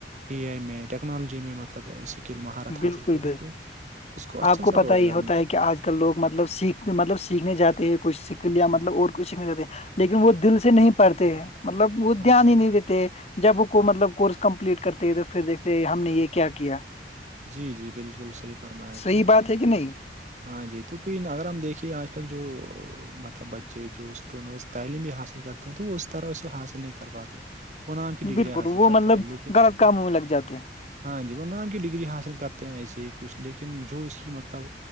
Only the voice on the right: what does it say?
ای آئی میں ٹیکنالوجی میں مطلب سکل مہارت
حاصل کرے تو اس اچھا
سا
روزگار
میں
ہاں
جی جی بالکل صحیح فرمایا
تو
ہاں جی توک اگر ہم دیکھیے آج کل جو مطلب بچے جو تعلیم بھی حاصل کرتے ہیں تو وہ اس طرح اسے حاصل نہیں کر پاتے وہ نام کی ڈگگریاں
حاصل
کرتے
ہیں لیکن
ہاں جی وہ نام ڈگری حاصل کرتے ہیں ایسے ہی کچھ لیکن جو اس کی مطلب